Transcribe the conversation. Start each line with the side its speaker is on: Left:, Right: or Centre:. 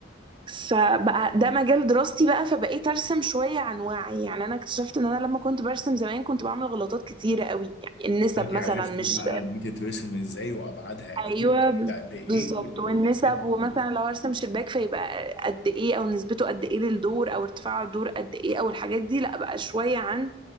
Right: فبقى ده مجال دراستي بقى فبقيت ارسم شويه عن وعي يعني انا اكتشفت ان انا لما كنت برسم زمان كنت بعمل غلطات كتيره قوي يعني النسب
Left: انت
Right: مثلا
Left: عرفتي
Right: مش
Left: بقى دي تترسم ازاي وابعادها ايه
Right: ايوه
Left: وتبدأ
Right: بز-
Left: بايه
Right: بالظبط
Left: وال-
Right: والنسب
Left: والحاجات دي
Right: ومثلا
Left: كلها.
Right: لو ارسم شباك فيبقى قد ايه او نسبته قد ايه للدور او ارتفاع الدور قد ايه او الحاجات دي لا بقى شويه عن